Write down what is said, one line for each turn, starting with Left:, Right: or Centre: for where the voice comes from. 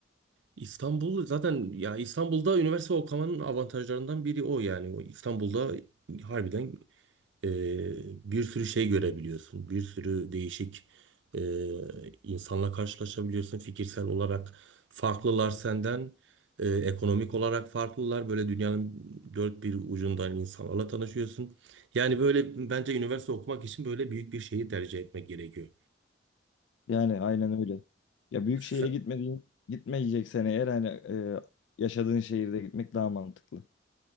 Right: İstanbul zaten ya İstanbul'da üniversite okumanın avantajlarından biri o yani. O İstanbul'da harbiden e, bir sürü şey görebiliyorsun. Bir sürü değişik e, insanla karşılaşabiliyorsun. Fikirsel olarak farklılar senden. e, ekonomik olarak farklılar. Böyle dünyanın dört bir ucundan insanlarla tanışıyorsun. Yani böyle bence üniversite okumak için böyle büyük bir şeyi tercih etmek gerekiyor.
Left: Yani aynen öyle. Ya büyük
Right: Sen-
Left: şehire gitmediğin, gitmeyeceksen eğer hani e, yaşadığın şehirde gitmek daha mantıklı.